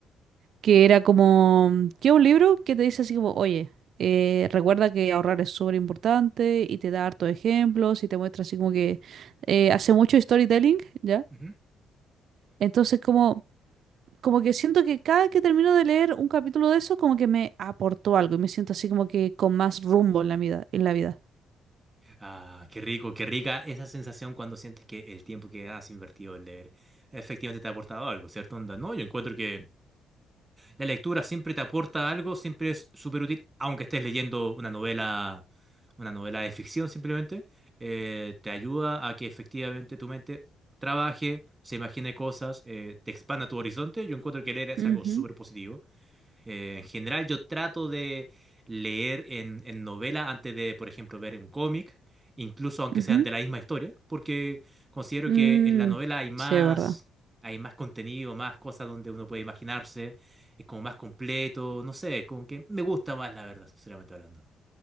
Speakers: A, on the right; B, on the right.
A: que era como, que un libro que te dice así como, oye, eh, recuerda que ahorrar es súper importante y te da hartos ejemplos y te muestra así como que eh, hace mucho storytelling, ¿ya?
B: ujú.
A: Entonces como, como que siento que cada que termino de leer un capítulo de eso, como que me aportó algo y me siento así como que con más rumbo en la vida, en la vida.
B: Ah, qué rico, qué rica esa sensación cuando sientes que el tiempo que has invertido en leer efectivamente te ha aportado algo, ¿cierto? Onda, no, yo encuentro que la lectura siempre te aporta algo, siempre es súper útil, aunque estés leyendo una novela, una novela de ficción simplemente, eh, te ayuda a que efectivamente tu mente trabaje, se imagine cosas, eh, te expanda tu horizonte. Yo encuentro que leer es
A: Ujú,
B: algo súper positivo. Eh, en general, yo trato de leer en, en novela antes de, por ejemplo, ver un cómic, incluso aunque
A: ujú.
B: sean de la misma historia, porque considero
A: Mm,
B: que en la novela hay más,
A: sí, es verdad.
B: hay más contenido, más cosas donde uno puede imaginarse, es como más completo, no sé, es como que me gusta más, la verdad, sinceramente hablando.